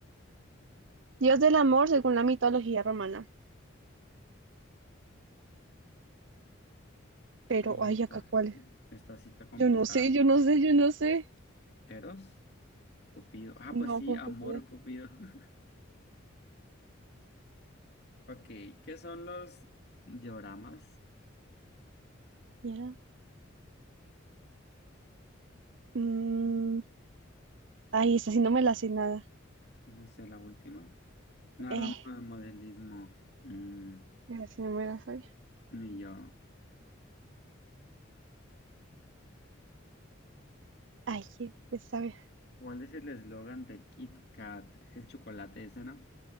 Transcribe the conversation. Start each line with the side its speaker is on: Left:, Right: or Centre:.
Right: Dios del amor según la mitología romana. Pero,
Left: Ahí
Right: ay,
Left: está,
Right: acá cuál. es?
Left: esta sí está complicada.
Right: Yo no sé, yo no sé, yo no sé.
Left: Eros, Cupido. Ah,
Right: No,
Left: pues sí,
Right: Cupido.
Left: amor, Cupido. <laughs> Ok, ¿qué son los dioramas?
Right: mierda. Mm, ay, esa sí no me la sé nada.
Left: No sé, la última. Una
Right: Eh,
Left: rama de modelismo. Mm,
Right: Esa sí no me la sabía.
Left: ni yo.
Right: ay, qué- qué sabe.
Left: ¿Cuál es el eslogan de Kit Kat? ¿Es el chocolate ese, no?